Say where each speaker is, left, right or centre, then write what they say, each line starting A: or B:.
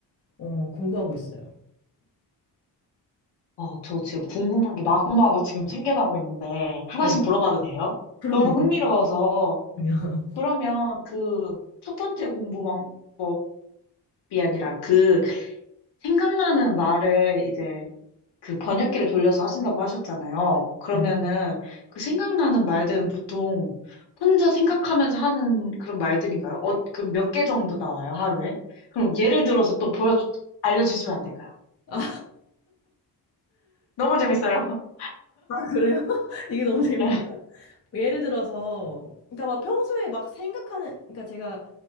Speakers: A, on the left; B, on the left.
A: 어, 공부하고 있어요.
B: 어, 저 지금 궁금한 게 마구마구 지금 생겨나고 있는데 하나씩
A: 네,
B: 물어봐도 돼요?
A: 그럼요,
B: 너무 흥미로워서
A: 그럼요.
B: 그러면 그 첫 번째 공부 방법이 아니라 그 생각나는 말을 이제 그 번역기를 돌려서 하신다고 하셨잖아요.
A: <laughs>
B: 그러면은
A: 네.
B: 그 생각나는 말들은 보통 혼자 생각하면서 하는 그런 말들인가요? 어, 그럼 몇 개 정도 나와요, 하루에? 그럼 예를 들어서 또 보여, 알려주시면 안 될까요?
A: 아,
B: 너무 재밌어요. <laughs>
A: 그래요? <laughs> 이게 너무 재밌네요.
B: 네.
A: 뭐 예를 들어서, 그러니까 막 평소에 막 생각하는, 그러니까 제가